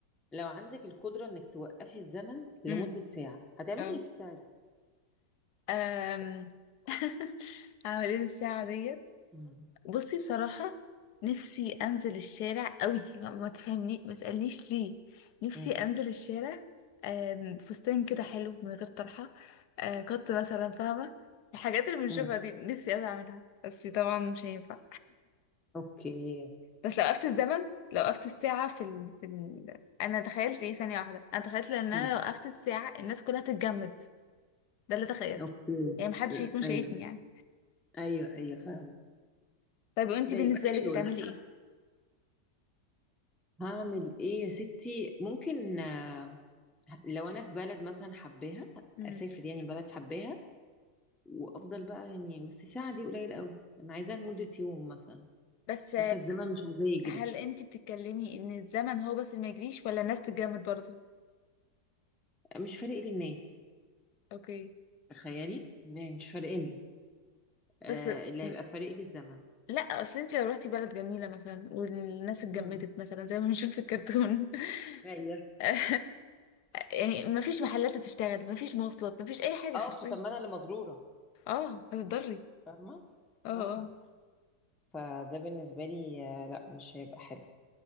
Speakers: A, in the centre; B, on the left.
A: لو عندك القدرة انك توقفي الزمن لمدة
B: امم
A: ساعة هتعملي
B: اه
A: ايه في الساعة دي؟
B: أم. <laughs> هعمل ايه بالساعه ديت
A: امم
B: بصي بصراحة نفسي أنزل الشارع قوي ما ما تفهمني ما تسألنيش ليه نفسي
A: امم
B: أنزل الشارع آم، فستان كده حلو من غير طرحة آه، قط مثلا فاهمة الحاجات اللي بنشوفها
A: امم
B: دي نفسي أوي أعملها بس طبعا مش هينفع
A: اوكي
B: بس لو وقفت الزمن لو وقفت الساعة في ال... في ال... أنا تخيلت إيه ثانية واحدة أنا تخيلت إن أنا
A: مم.
B: لو وقفت الساعة الناس كلها تتجمد ده اللي تخيلته
A: اوكي
B: يعني محدش
A: آه،
B: هيكون شايفني
A: ايوه
B: يعني
A: ايوه ايوه فاهمة
B: طيب وأنتي
A: ده
B: بالنسبة
A: يبقى
B: لك
A: حلو
B: هتعملي
A: ده.
B: إيه؟
A: هعمل ايه يا ستي ممكن آه، لو انا في بلد مثلا حباها
B: مم.
A: اسافر يعني بلد حباها وافضل بقى يعني بس الساعه دي قليل قوي انا عايزاها لمده يوم مثلا
B: بس
A: عارفه الزمن مش عايزاه يجري
B: هل انت بتتكلمي ان الزمن هو بس اللي ما يجريش ولا الناس تتجمد برضه
A: مش فارق لي الناس
B: اوكي
A: تخيلي يعني مش فارقين لي آه
B: بس
A: اللي
B: م-
A: هيبقى فارق لي الزمن
B: لا اصل انت لو رحتي بلد جميله مثلا والناس اتجمدت
A: مم.
B: مثلا زي ما بنشوف في الكرتون
A: ايوه
B: <laughs> يعني ما فيش محلات تشتغل ما فيش مواصلات ما فيش اي حاجه
A: اه
B: حرفيا
A: فطب ما انا اللي مضروره
B: اه هتضري
A: فاهمه
B: اه اه
A: اه فده بالنسبه لي آه لا مش هيبقى حلو